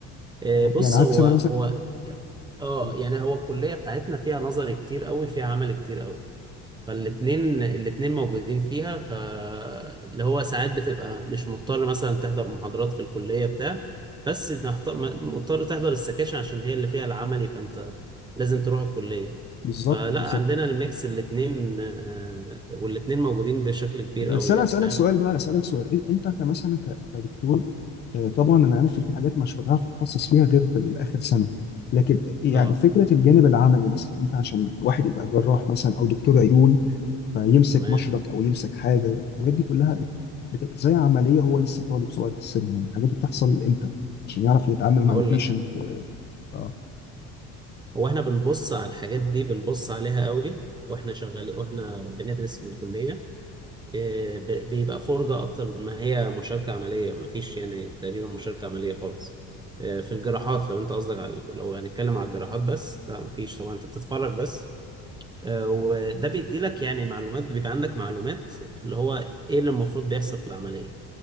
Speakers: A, on the right; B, on the left.
A: آه،
B: آه،
A: بص
B: يعني عكس
A: هو
B: انا
A: هو اه
B: مثلا
A: يعني هو الكلية بتاعتنا فيها نظري كتير قوي فيها عمل كتير قوي فالاتنين الاتنين موجودين فيها فاللي هو ساعات بتبقى مش مضطر مثلا تحضر محاضرات في الكلية بتاع بس محت- مضطر تحضر السكاشن عشان هي اللي فيها العملي فانت لازم تروح الكلية
B: بالظبط
A: فلا
B: بالظبط
A: عندنا الميكس الاتنين آه، والاتنين موجودين بشكل كبير
B: بس
A: قوي
B: انا
A: يعني
B: اسالك
A: فاهم
B: سؤال بقى اسالك سؤال إن- انت كمثلا ك- كدكتور آه، طبعا انا عارف إن في حاجات مش بتعرف تتخصص فيها غير في اخر سنه لكن يعني
A: اه
B: فكره الجانب العملي مثلا انت عشان واحد يبقى جراح مثلا او دكتور عيون فيمسك
A: تمام
B: مشرط او يمسك حاجه الحاجات دي كلها بتبقى زي عمليه هو لسه طالب صغير في السن يعني الحاجات دي بتحصل امتى عشان يعرف يتعامل
A: هقول
B: مع البيشنت
A: لك
B: اه
A: هو احنا بنبص على الحاجات دي بنبص عليها قوي واحنا شغالين واحنا بندرس في الكلية آه، ب- بيبقى فرجة أكتر من ما هي مشاركة عملية مفيش يعني تقريبا مشاركة عملية خالص آه، في الجراحات لو أنت قصدك على لو هنتكلم على الجراحات بس لا مفيش طبعا أنت بتتفرج بس آه، وده بيدي لك يعني معلومات بيبقى عندك معلومات اللي هو إيه اللي المفروض بيحصل في العملية